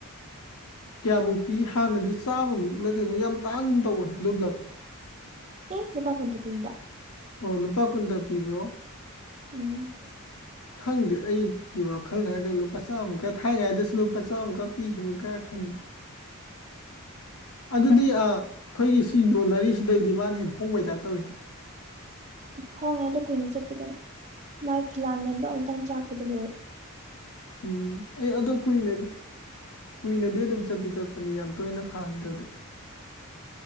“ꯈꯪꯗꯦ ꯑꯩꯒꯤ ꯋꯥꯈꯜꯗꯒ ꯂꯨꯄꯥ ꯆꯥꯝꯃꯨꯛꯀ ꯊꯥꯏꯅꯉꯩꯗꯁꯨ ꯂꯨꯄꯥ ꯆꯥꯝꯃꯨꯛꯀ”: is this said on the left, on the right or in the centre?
Left